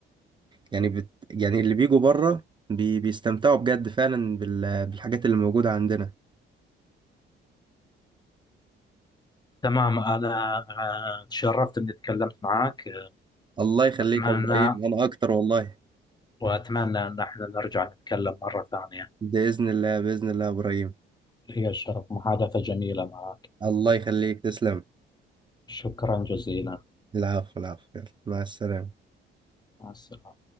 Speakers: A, on the right; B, on the left.
A: يعني بت... يعني اللي بيجوا بره بي... بيستمتعوا بجد فعلا بال... بالحاجات اللي موجودة عندنا
B: تمام أنا آه، تشرفت إني تكلمت معك
A: الله يخليك
B: أتمنى
A: يا ابراهيم انا اكتر والله
B: وأتمنى أن احنا نرجع نتكلم مرة ثانية
A: بإذن الله بإذن الله يا ابراهيم
B: هي الشرف محادثة جميلة معك
A: الله يخليك تسلم
B: شكرا جزيلا
A: العفو العفو يلا مع السلامة
B: مع السلامة